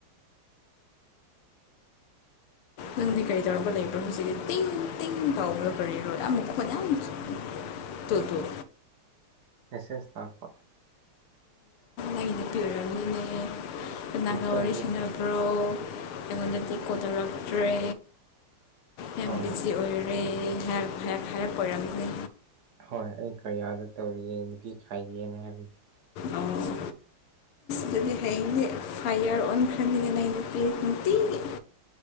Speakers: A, on the left (about 80°); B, on the right (about 55°).
A: ꯅꯪꯗꯤ ꯀꯔꯤ ꯇꯧꯔꯒ ꯂꯩꯕ꯭ꯔꯣ ꯍꯧꯖꯤꯛ ꯇꯤꯡ ꯇꯤꯡ ꯇꯥꯎꯕ꯭ꯔ ꯀꯔꯤꯔꯣ ꯌꯥꯝ ꯃꯈꯣꯟ ꯌꯥꯝ ꯊ ꯇꯜ ꯇꯨꯔ
B: ꯃꯦꯁꯦꯖ ꯇꯥꯛꯄ
A: ꯩꯅ ꯄꯤꯦ ꯑꯣ
B: ꯒ꯭ꯔꯨꯞꯇ ꯒ꯭ꯔꯨꯞꯇ
A: ꯭ꯔꯣ ꯑꯩꯉꯣꯟꯗꯗꯤ ꯀꯣ ꯇꯧꯔꯛꯇ꯭ꯔꯦ ꯌꯥꯝ
B: ꯍꯣꯏ
A: ꯕꯤꯖꯤ ꯑꯣꯏꯔ ꯑꯩ <unintelligible> ꯑꯣꯏꯔꯝꯅꯤ
B: ꯍꯣꯏ ꯑꯩ ꯀꯔꯤꯌꯥꯗ ꯇꯧꯔꯤꯌꯦ ꯅꯨꯄꯤ ꯈꯥꯏꯒꯦꯅ ꯍꯥꯏꯕꯅꯤ
A: ꯑꯐ ꯇꯗꯤ ꯍꯌꯦꯡꯁꯦ ꯐꯥꯏꯌꯥꯔ ꯑꯣꯟꯈ꯭ꯔꯅꯤꯗꯅ ꯑ ꯅꯨ ꯄ ꯅꯨꯡꯇꯤꯒꯤ